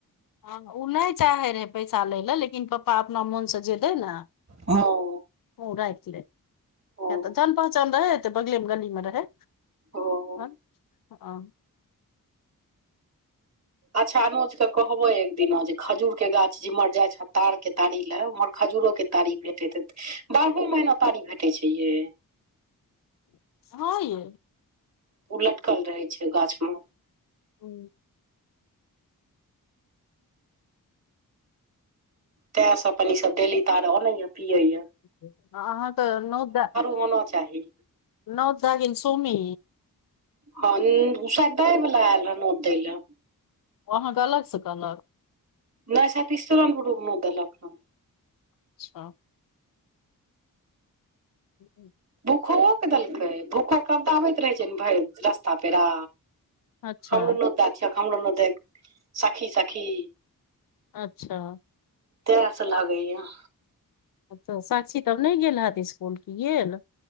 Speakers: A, on the left; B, on the right.
A: हँ ओ नै चाहैत रहै पैसा लै लए लेकिन पप्पा अपना मोनसँ जे दै ने
B: हँ
A: ओ र रहै
B: हँ
A: तऽ जान पहचान रहैत बगले मे गनी मे रहै
B: ओ
A: आ ह
B: अच्छा अनुजके कहबै एक दिना जे खजूर के गाछ जेम्हर जाइ छ। तार के तारी लए उम्हर खजूरो तारीख भेटे त बारहो महीना तारीख भेटैत छै। ये
A: हँ य
B: ओ लटकल रहे छै गाछ। मे
A: ह
B: तैं सभी अप्पन ई सभ डेली तार ओनए पियैएा
A: अहाँ त न
B: होना चाही
A: नौ दागिन सुमी
B: हँन उषा दय वला आयल रहै नोद दै लए
A: ओ अहाँके अलग स कहलक
B: नै सेत तीस्तरन पुुर म त लक्न <unintelligible>
A: अच्छा हूँ
B: भूखो के देलकै भूखो कबदा आबैत रहै छै ने भरि रस्ता पेरा
A: अच्छा
B: हमरो नद छिय हमरो नद सखी सखी
A: अच्छा
B: तैंस लागैया।
A: तऽ साक्षी तब नै गेल हत इसकुल की गेल।